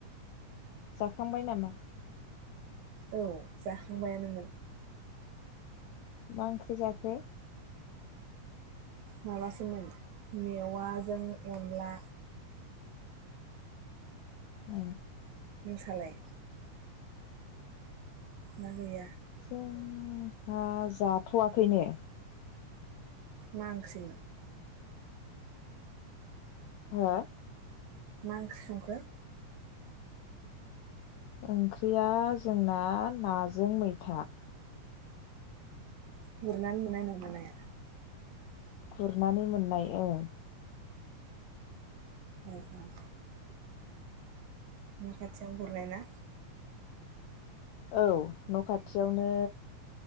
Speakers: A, on the left (about 80°); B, on the right (about 75°).
A: जाखांबाय नामा
B: औ जाखांबायानोमोन।
A: मा ओंख्रि जाखो?
B: माबासोमोन मेवाजों अनला।
A: आ।
B: नोंस्रालाय? ना गैया?
A: जों हा जाथ'वाखैनो।
B: मा ओंख्रि?
A: हा?
B: मा ओंख्रि संखो?
A: ओंख्रिया जोंना नाजों मैथा।
B: गुरनानै मोननाय नामा नाया?
A: गुरनानै मोननाय ओं।
B: उम उम। न' खाथियाव गुरनायना?
A: औ न' खाथियावनो।